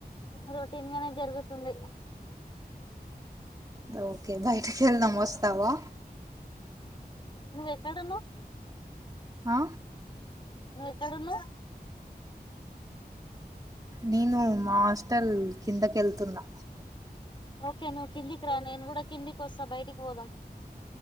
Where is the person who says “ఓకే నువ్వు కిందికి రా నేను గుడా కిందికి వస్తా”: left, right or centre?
Left